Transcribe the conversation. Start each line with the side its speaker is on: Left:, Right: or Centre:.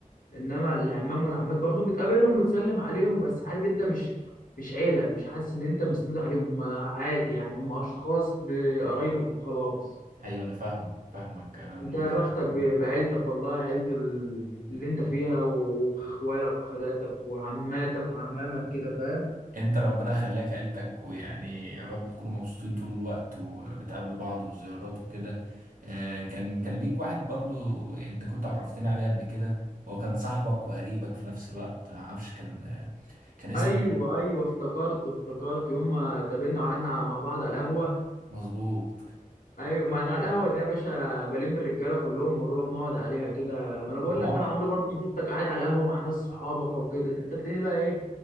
Left: انما العمام والعمات برضو بتقابلهم وبتسلم عليهم بس عارف انت مش مش عيله مش حاسس ان انت مسنود عليهم هم عادي يعني هم اشخاص بقرايبك وخلاص
Right: أيوة أنا فاهمك فاهمك أنا النقطة
Left: انت يا بختك
Right: دي. تمام،
Left: ب-
Right: كويس
Left: بعيلتك والله عيله ال- اللي انت فيها واخوالك وخالاتك وعماتك وعمامك كده فاهم
Right: انت ربنا يخليك عيلتك ويعني يا رب تكونوا مبسوطين طول الوقت وبتقابلوا بعض وزيارات وكده آه، كان كان ليك واحد برضو انت كنت عرفتني عليه قبل كده هو كان صاحبك وقريبك في نفس الوقت معرفش كان آه، كان اسمه
Left: ايوه ايوه افتكرت افتكرت يوم ما اتقابلنا وقعدنا مع بعض على القهوه
Right: مظبوط
Left: ايوه ما انا القهوه دي يا باشا بلم الرجاله كلهم ونروح نقعد عليها كده ما انا بقول
Right: صحابك
Left: لك بقى انا عمري برضه ما شفتك قاعد على قهوه مع ناس صحابك او كده انت تلاقيني بقى ايه